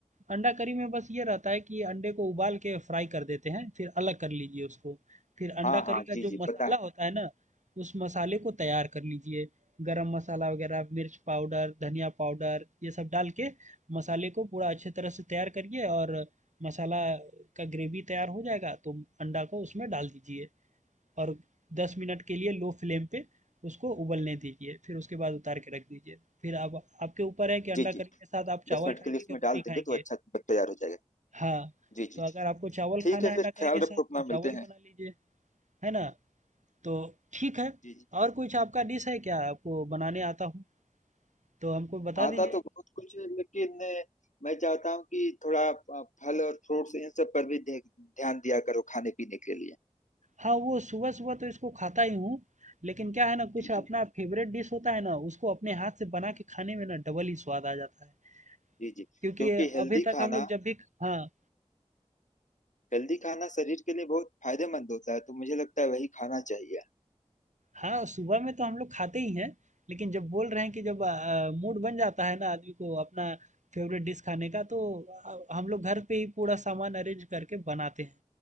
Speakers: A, on the right; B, on the left.
A: अंडा करी में बस ये रहता है कि अंडे को उबाल के फ्राई कर देते हैं, फिर अलग कर लीजिए उसको। फिर अंडा
B: हाँ हाँ
A: करी का
B: जी
A: जो
B: जी
A: मसाला
B: पता है
A: होता है ना, उस मसाले को तैयार कर लीजिए। गरम मसाला वगैरह, मिर्च पाउडर, धनिया पाउडर ये सब डाल के मसाले को पूरा अच्छी तरह से तैयार करिए और मसाला का ग्रेवी तैयार हो जाएगा तो अंडा को उसमें डाल दीजिए। और 10 मिनट के लिए लो फ्लेम पे उसको उबलने दीजिए, फिर उसके बाद उतार के रख दीजिए। फिर आप आपके ऊपर है कि
B: जी
A: अंडा
B: जी
A: करी के साथ आप
B: दस
A: चावल
B: मिनट
A: खाएँगे
B: के लिए इसमें
A: कि रोटी
B: डाल देंगे
A: खाएँगे?
B: तो अच्छा तैयार हो जाएगा
A: हाँ,
B: जी जी
A: तो
B: जी
A: अगर आपको चावल
B: ठीक
A: खाना
B: है
A: है अंडा
B: फिर
A: करी
B: ख्याल
A: के
B: रखो
A: साथ तो
B: अपना
A: चावल
B: मिलते हैं
A: बना लीजिए, है ना? तो ठीक है,
B: जी जी
A: और कुछ आपका डिश है क्या आपको बनाने आता हो, तो हमको बता
B: आता
A: दीजिए।
B: तो बहुत कुछ है लेकिन मैं चाहता हूँ कि थोड़ा अ, फल और फ्रूट्स इन सब पर भी ध्य- ध्यान दिया करो खाने पीने के लिए
A: हाँ, वो सुबह-सुबह तो इसको खाता ही हूँ, लेकिन क्या है ना कुछ
B: जी जी
A: अपना फ़ेवरेट डिश होता है ना, उसको अपने हाथ से बना
B: हम्म,
A: के खाने में ना डबल ही स्वाद आ जाता है।
B: जी जी
A: क्योंकि
B: क्योंकि हेल्दी
A: अभी तक
B: खाना
A: हम लोग जब भी ख हाँ।
B: हेल्दी खाना शरीर के लिए बहुत फायदेमंद होता है तो मुझे लगता है वही खाना चाहिए
A: हाँ, सुबह में तो हम लोग खाते ही हैं, लेकिन जब बोल रहे हैं कि जब अ, मूड बन जाता है ना आदमी को अपना फेवरेट डिश खाने का तो अ, हम लोग घर पे ही पूरा सामान अरेंज करके बनाते हैं।